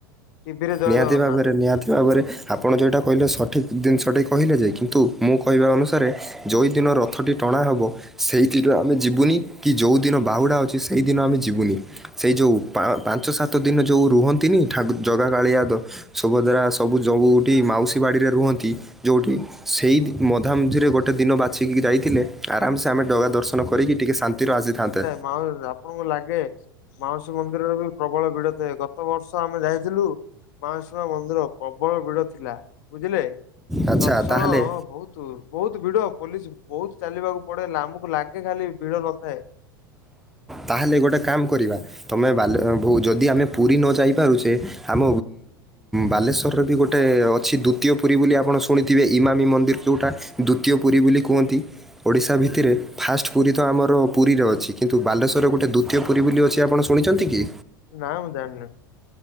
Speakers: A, on the left (about 55°); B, in the centre.
A: ଟିଭିରେ ଜୟ
B: ନିହାତି
A: ଜଗନ୍ନାଥ।
B: ଭାବରେ ନିହାତି ଭାବରେ ଆପଣ ଯେଉଁଟା କହିଲେ ସଠିକ୍ ଜିନିଷ ଟେ କହିଲେ ଯେ, କିନ୍ତୁ ମୁଁ କହିବା ଅନୁସାରେ ଯେଉଁଦିନ ରଥଟି ଟଣା ହେବ ସେଇଦିନ ଆମେ ଯିବୁନି କି ଯୋଉ ଦିନ ବାହୁଡା଼ ଅଛି ସେଇଦିନ ଆମେ ଯିବୁନି। ସେଇ ଯୋଉ ପାଞ୍ଚ ସାତ ଦିନ ଯଉ ରୁହନ୍ତିନି ଠାକୁ ଜଗା କାଳିଆ, ସୁଭଦ୍ରା ସବୁ ଜଉଠି ମାଉସୀ ବାଡ଼ିରେ ରୁହନ୍ତି ଯେଉଁଠି। ସେଇ ମଧାମଝିରେ ଗୋଟେ ଦିନ ବାଛିକି ଯାଇଥିଲେ ଆରାମସେ ଆମେ ଜଗା ଦର୍ଶନ କରିକି ଟିକେ ଶାନ୍ତିରୁ ଆସିଥାନ୍ତେ।
A: ହଁ ଆପଣଙ୍କୁ ଲାଗେ ମାଉସୀ ମନ୍ଦିରରେ ବି ପ୍ରବଳ ଭିଡ଼ ଥାଏ। ଗତ ବର୍ଷ ଆମେ ଯାଇଥିଲୁ ମହାସନା ମନ୍ଦିର ପ୍ରବଳ ଭିଡ ଥିଲା ବୁଝିଲେ।
B: ଆଚ୍ଛା
A: ଦର୍ଶନ
B: ତାହେଲେ
A: ବହୁତ ବହୁତ ଭିଡ଼ ପୋଲିସ ବହୁତ ଚାଲିବାକୁ ପଡ଼େ ଲା ଆମକୁ ଲାଗେ ଖାଲି ଭିଡ଼ ନଥାଏ।
B: ତାହେଲେ ଗୋଟେ କାମ କରିବା। ତୁମେ ବ ଯଦି ଆମେ ପୁରୀ ନ ଯାଇ ପାରୁଛେ ଆମ ବାଲେଶ୍ଵରରେ ବି ଗୋଟେ ଅଛି ଦ୍ୱତୀୟ ପୁରୀ ବୋଲି ଆପଣ ଶୁଣିଥିବେ ଇମାମୀ ମନ୍ଦିର ଯେଉଁଟା ଦ୍ୱତୀୟ ପୁରୀ ବୋଲି କୁହନ୍ତି। ଓଡ଼ିଶା ଭିତରେ ଫାଷ୍ଟ ପୁରୀ ତ ଆମର ପୁରୀରେ ଅଛି। କିନ୍ତୁ ବାଲେଶ୍ୱର ଦ୍ଵିତୀୟ ପୁରୀ ବୋଲି ଅଛି ଆପଣ ଶୁଣିଛନ୍ତି କି?
A: ନାଁ ମୁଁ ଜାଣିନି।